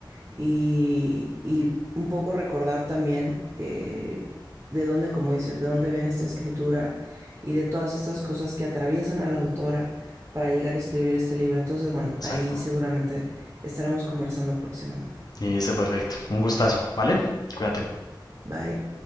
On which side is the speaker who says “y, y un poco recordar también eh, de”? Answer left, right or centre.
Right